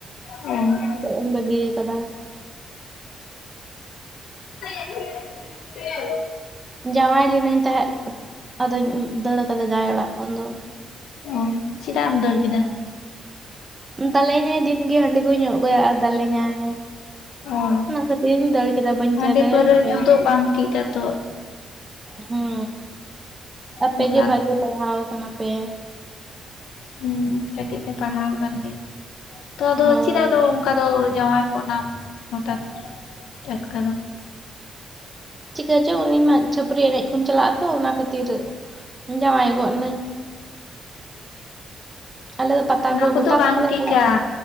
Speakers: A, on the left; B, on the right.
A: ᱦᱮᱸ
B: ᱛᱚᱜ ᱤᱧ ᱵᱟᱹᱜᱤ ᱠᱟᱫᱟ
A: <inaudible>
B: ᱡᱟᱶᱟᱭ ᱞᱮᱤᱱᱟᱹᱧ ᱛᱟᱦᱮᱸᱫ ᱟᱫᱚᱧ ᱫᱟᱹᱲ ᱠᱟᱫᱟ ᱡᱟᱦᱟᱸᱶᱭ ᱚᱲᱟᱜ ᱠᱷᱚᱱ ᱫᱚ
A: ᱚ ᱪᱮᱫᱟᱜ ᱮᱢ ᱫᱟᱹᱲ ᱠᱮᱫᱟ
B: ᱫᱟᱞᱮ ᱧᱟᱭ ᱫᱤᱱᱜᱮ ᱦᱟᱺᱰᱤ ᱠᱚ ᱧᱚᱜ ᱟᱹ ᱜᱩᱭᱟ ᱫᱟᱞᱮᱧᱟᱭ
A: ᱚ
B: ᱚᱱᱟ ᱠᱷᱟᱹᱛᱤᱨ ᱤᱧ ᱫᱟᱹᱲ ᱠᱮᱫᱟ ᱵᱟᱹᱧ
A: ᱦᱟᱺᱰᱤ
B: ᱛᱟᱦᱮᱸ ᱫᱟᱲᱮᱭᱟᱜᱼᱟ
A: ᱯᱟᱹᱣᱨᱟᱹ ᱧᱩ
B: ᱫᱟᱹᱲ
A: ᱫᱚ ᱵᱟᱝ ᱴᱷᱤᱠᱟ ᱛᱚ
B: ᱦᱮᱸ ᱟᱯᱮ
A: ᱱᱮᱛᱟᱨ
B: ᱜᱮ ᱵᱷᱟᱜᱤ ᱯᱟᱲᱦᱟᱣ ᱠᱟᱱᱟ ᱯᱮ
A: ᱦᱩᱸ ᱠᱟᱹᱴᱤᱡ ᱞᱮ ᱯᱟᱲᱦᱟᱣ ᱟᱠᱟᱱ ᱜᱮᱭᱟ ᱛᱚ ᱟᱫᱚ
B: ᱦᱳᱭ
A: ᱪᱮᱫ ᱟᱫᱚ ᱚᱱᱠᱟ ᱫᱚ ᱡᱟᱶᱟᱭ ᱜᱚᱜ ᱱᱟᱢ ᱦᱚᱴᱟᱛ ᱴᱟᱴᱠᱟ ᱫᱚ
B: ᱪᱤᱠᱟᱹᱪᱚ ᱩᱱᱤ ᱢᱟ ᱪᱷᱟᱹᱯᱨᱤ ᱮᱱᱮᱡ ᱠᱚ ᱪᱟᱞᱟᱜᱼᱟ ᱛᱚ ᱚᱱᱟ ᱠᱷᱟᱹᱛᱤᱨ ᱡᱟᱶᱟᱭ ᱜᱚᱫ ᱱᱟᱹᱧ ᱟᱞᱮ ᱫᱚ ᱯᱟᱛᱟ
A: ᱚᱱᱟ
B: ᱠᱚ
A: ᱠᱚᱫᱚ
B: ᱜᱚᱴᱟ
A: ᱵᱟᱝ
B: ᱯᱟᱛᱟᱞᱮ
A: ᱴᱷᱤᱠᱟ
B: ᱪᱟᱞᱟᱜ ᱠᱟᱱ